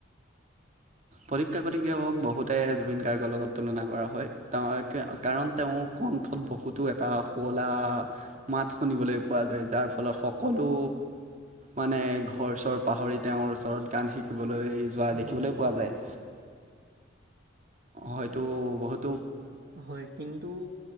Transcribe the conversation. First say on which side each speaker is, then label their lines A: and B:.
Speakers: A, on the right; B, on the right.
A: প্ৰদীপ কাকতিক বহুতে জুবিন গাৰ্গৰ লগত তুলনা কৰা হয়। তেওঁ কাৰণ তেওঁ কন্ঠত বহুতো এটা শুৱলা মাত শুনিবলৈ পোৱা যায়। যাৰ ফলত সকলো মানে ঘৰ চৰ পাহৰি তেওঁৰ ওচৰত গান শিকিবলৈ যোৱা দেখিবলৈ
B: হয়।
A: পোৱা যায়। হয়টো বহুত
B: হয় কিন্তু